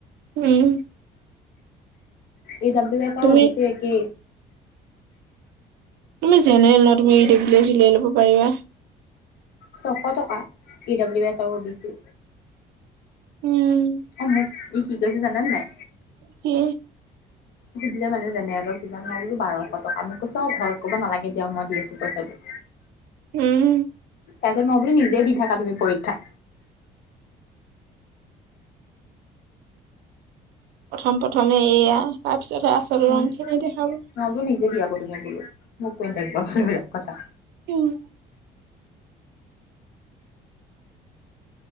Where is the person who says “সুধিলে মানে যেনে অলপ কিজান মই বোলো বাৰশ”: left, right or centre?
Left